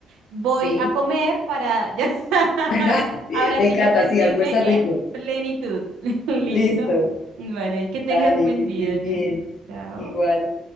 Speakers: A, on the right; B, on the left.
A: voy
B: Sí.
A: a comer para ya, <laughs>
B: <laughs>
A: ahora
B: Me
A: sí
B: encanta,
A: ya sentirme
B: sí, almuerza
A: en
B: rico.
A: plenitud. <laughs> ¿Listo?
B: Listo.
A: Vale, que tengas
B: Dale,
A: buen
B: que estés
A: día, Dayana.
B: bien.
A: Chao.
B: Igual.